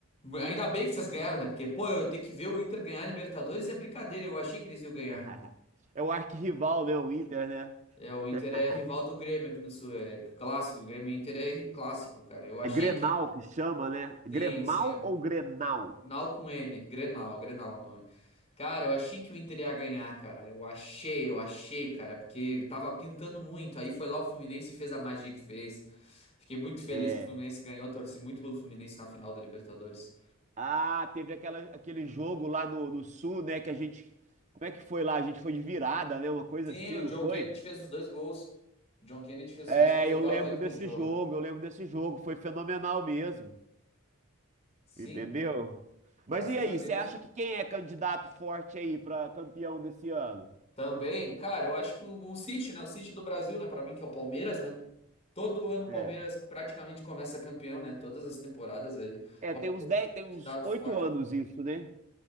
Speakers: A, on the left; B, on the right.
A: Ainda bem que vocês ganharam, né? Porque, pô, eu ter que ver o Inter ganhar Libertadores é brincadeira, eu achei que eles iam ganhar.
B: <laughs> É o arquirrival, né? O Inter, né?
A: É, o Inter
B: <laughs>
A: é rival do Grêmio aqui no Sul, é clássico, o Grêmio e Inter é ri- clássico, cara. Eu achei
B: É Grenal
A: que
B: que chama, né? Gremal
A: Sim, sim.
B: ou Grenal?
A: Nau com N, Grenal, Grenal é o nome. Cara, eu achei que o Inter ia ganhar, cara. Eu achei, eu achei, cara, porque tava pintando muito. Aí foi lá o Fluminense e fez a magia que fez. Fiquei muito feliz
B: É.
A: que o Fluminense ganhou, torci muito pelo Fluminense na final da Libertadores.
B: Ah, teve aquela, aquele jogo lá no, no Sul, né? Que a gente. Como é que foi lá? A gente foi de virada, né? Uma coisa
A: Sim,
B: assim,
A: o
B: não
A: John
B: foi?
A: Kennedy fez os dois gols. O John Kennedy fez
B: É,
A: os dois gols, eu
B: eu
A: tava
B: lembro
A: vendo aquele
B: desse
A: jogo.
B: jogo, eu lembro desse jogo. Foi fenomenal mesmo.
A: Sim,
B: Entendeu? Mas
A: graças
B: e aí,
A: a Deus.
B: você acha que quem é candidato forte aí para campeão desse ano?
A: Também, cara, eu acho que o, o City, né? O City do Brasil, né? Pra mim, que é o Palmeiras, né? Todo ano o Palmeiras
B: É.
A: praticamente começa campeão, né? Todas as temporadas aí.
B: É,
A: O
B: tem
A: Palmeiras
B: uns 10,
A: é sempre
B: tem
A: candidato
B: uns 8
A: forte.
B: anos isso, né?